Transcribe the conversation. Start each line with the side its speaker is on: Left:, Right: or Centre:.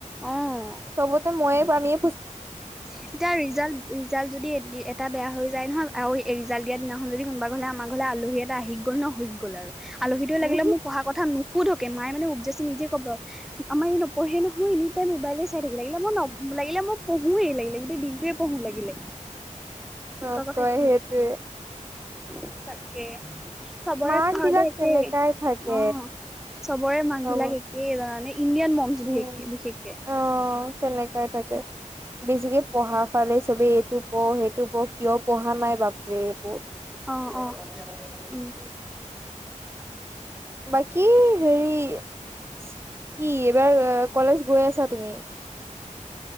Centre: অ'।
Right: চবতে ময়ে পামি
Centre: এতিয়া ৰিজাল্ট-ৰিজাল্ট যদি এটা বেয়া হৈ যায় নহয় আৰু এ', ৰিজাল্ট দিয়া দিনা যদি কোনোবা ঘৰলে আমাৰ ঘৰলে আলহী এটা আহি গ'ল নহয় হৈ গল আৰু। আলহীটোৱে
Right: উম
Centre: লাগিলে মোক পঢ়া কথা নুসুধকে মায়ে মানে উপজাচি নিজে কব আমাৰ ই নপঢ়েই নহয় এনি তাই মোবাইলেই চাই থাকে। লাগিলে মই নপ, লাগিলে মই মোৰ এই লাগিলে দিনটোয়ে পঢ়োঁ লাগিলে, এনেকুৱা
Right: নকয়
Centre: কথা কিছুমান
Right: সেইটোৱে
Centre: ক তাকে। চবৰে
Right: মাক
Centre: ঘৰতে
Right: বিলাক
Centre: একে,
Right: তেনেকাই থাকে
Centre: অ চবৰে মাকবিলাক
Right: হ'ব
Centre: একে জানানে। ইণ্ডিয়ান মম্‌ছ
Right: উম
Centre: বিশেষকে-বিশেষকে।
Right: অ তেনেকাই থাকে বেছিকে পঢ়া ফালে চবেই, এইটো পঢ় সেইটো পঢ় কিয় পঢ়া নাই বাপ <unintelligible>
Centre: অ', অ'। উম'।
Right: বাকী হেৰি <inaudible> কি এইবাৰ কলেজ গৈ আছা তুমি?